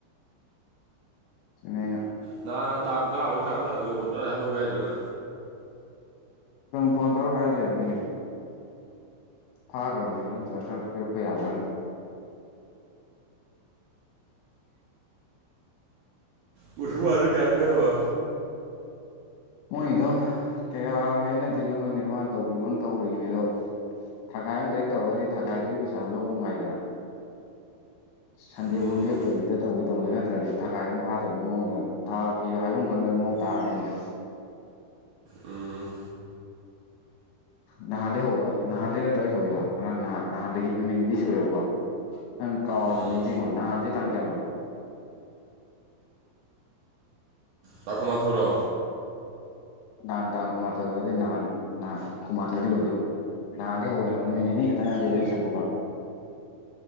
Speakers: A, on the left; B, on the right.
A: <unintelligible>
B: ꯉꯍꯥꯟꯅ ꯇꯥꯡ ꯇꯔꯥꯃꯔꯤ ꯇꯔꯥꯃꯉꯥ ꯇꯔꯥ ꯇꯔꯨꯛ ꯌꯧ ꯔꯒ ꯍꯥꯏꯍꯧꯒꯦ ꯍꯥꯏꯗ꯭ꯔꯒ
A: ꯐꯣꯟ ꯇꯧꯔ ꯍꯥꯏꯔꯁꯨ ꯌꯥꯅꯤ ꯀꯩꯅꯣ ꯐꯥꯈ꯭ꯔꯕꯅꯤ ꯏꯗꯣꯝꯆꯥ ꯈꯔ ꯄꯤꯔꯛꯄ ꯌꯥꯕ꯭ꯔꯥꯅ
B: ꯀꯁꯨꯕꯨ ꯀꯌꯥꯗ ꯍꯥꯏꯅꯔꯕ
A: ꯃꯣꯏꯗꯣ ꯀꯌꯥ ꯍꯥꯏꯅꯗꯣꯏꯅꯣ ꯈꯪꯗꯦ ꯃꯥ ꯇꯧꯕꯤꯌꯣꯅ ꯇꯧꯔꯤꯅꯦ ꯑꯗꯣ ꯊꯥꯒꯥꯏ ꯑꯃꯗꯥꯏꯦꯛ ꯇꯧꯔꯒꯗꯤ ꯊꯥꯒꯥꯏꯗꯨꯒꯤ ꯄꯩꯁꯥꯗꯣ ꯂꯧꯕ ꯅꯨꯡꯉꯥꯏꯗꯅ ꯁꯟꯗꯦꯐꯧ
B: ꯎꯝ
A: ꯂꯦꯞꯇꯕꯤꯗ ꯇꯧꯒꯦ ꯇꯧꯅꯤ ꯅꯠꯇ꯭ꯔꯗꯤ ꯊꯥꯈꯥꯏꯕ ꯐꯥꯗꯕꯒꯤ ꯃꯑꯣꯡꯗ ꯊꯥ ꯐꯤꯗꯣ ꯍꯥꯏꯐꯝ ꯈꯪꯗꯕꯩ ꯃꯑꯣꯡ ꯇꯥꯔꯅꯦꯕ
B: ꯎꯝ
A: ꯅꯍꯥꯟꯗꯒꯤ ꯍꯧꯕ ꯅꯍꯥꯟꯗꯒꯤ ꯅꯠꯇ꯭ꯔꯣ ꯑꯩ ꯍꯧꯔꯤꯗꯣ ꯅꯔꯥꯡ ꯅꯍꯥꯟ ꯅꯍꯥꯟꯗꯒꯤ ꯅꯨꯃꯤꯠ ꯅꯤꯅꯤ ꯁꯨꯔꯦꯕꯀꯣ ꯅꯪ ꯀꯥꯎꯔꯖꯨ
B: ꯎꯝ
A: ꯅꯤꯡꯁꯤꯡꯉꯣ ꯅꯍꯥꯟꯁꯦ ꯇꯥꯡ ꯀꯌꯥꯅꯣ ꯇꯥꯡ
B: ꯇꯥꯡ ꯀꯨꯟꯃꯥꯊꯣꯏꯔꯣ
A: ꯅꯍꯥꯟ ꯇꯥꯡ ꯀꯨꯟꯃꯥꯊꯣꯏꯒꯗꯤ ꯅꯍꯥꯟ ꯅꯍꯥꯟ ꯀꯨꯟꯃꯥꯊꯣꯏꯗꯕꯨꯗꯤ ꯅꯍꯥꯟꯗꯒꯤ ꯍꯧꯕꯅꯦꯕ ꯅꯨꯃꯤꯠ ꯅꯤꯅꯤ ꯈꯛꯇꯪꯅꯦ ꯑꯩꯅ ꯑꯗꯒꯤ ꯍꯧꯔ ꯆꯠꯄꯀꯣ